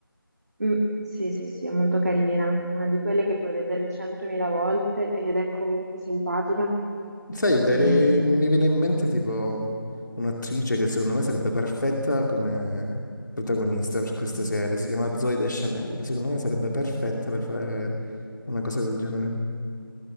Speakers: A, on the right; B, on the left.
A: Mm, sì, sì, sì, è molto carina, una di quelle che puoi vedere centomila volte ed è comunque simpatica.
B: Sai, dare-
A: Ehm,
B: mi viene in mente tipo un'attrice che secondo me sarebbe perfetta come protagonista per queste
A: mm.
B: serie, si chiama Zoe Deschanel, secondo me sarebbe perfetta per fare una cosa del genere.